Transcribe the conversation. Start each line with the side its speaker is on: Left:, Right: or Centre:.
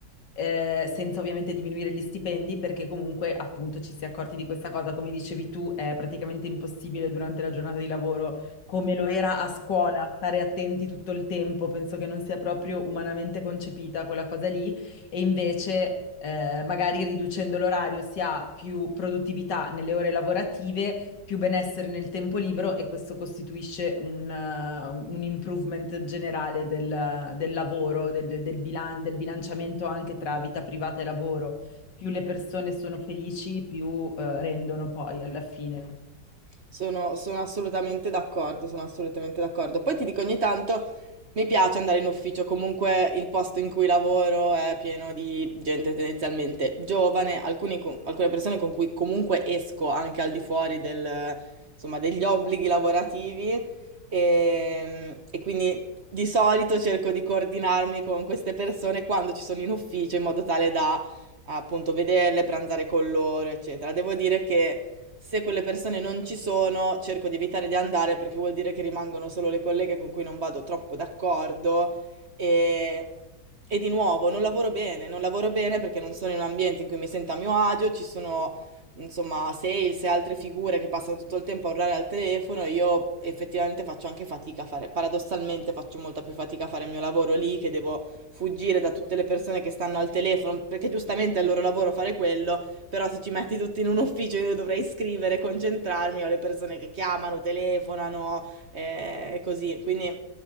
Left: eh, senza ovviamente diminuire gli stipendi, perché comunque appunto ci si è accorti di questa cosa, come dicevi tu, è praticamente impossibile durante la giornata di lavoro, come lo era a scuola, stare attenti tutto il tempo, penso che non sia proprio umanamente concepita quella cosa lì, e invece eh, magari riducendo l'orario si ha più produttività nelle ore lavorative più benessere nel tempo libero e questo costituisce un, eh, un improvement generale del, del lavoro, del, del bilan- del bilanciamento anche tra vita privata e lavoro. Più le persone sono felici, più eh, rendono poi alla fine.
Right: Sono, sono assolutamente d'accordo, sono assolutamente d'accordo. Poi ti dico, ogni tanto mi piace andare in ufficio, comunque il posto in cui lavoro è pieno di gente tendenzialmente giovane, alcuni con- alcune persone con cui comunque esco anche al di fuori del, insomma, degli obblighi lavorativi e, e quindi di solito cerco di coordinarmi con queste persone quando ci sono in ufficio in modo tale da appunto vederle, pranzare con loro, eccetera. Devo dire che se quelle persone non ci sono, cerco di evitare di andare perché vuol dire che rimangono solo le colleghe con cui non vado troppo d'accordo e, e di nuovo non lavoro bene, non lavoro bene perché non sono in un ambiente in cui mi sento a mio agio, ci sono insomma sales e altre figure che passano tutto il tempo a urlare al telefono, io effettivamente faccio anche fatica a fare, paradossalmente faccio molta più fatica a fare il mio lavoro lì che devo fuggire da tutte le persone che stanno al telefono, perché giustamente è il loro lavoro fare quello però se ci metti tutti in un ufficio io dovrei scrivere, concentrarmi, ho le persone che chiamano, telefonano eh, e così, quindi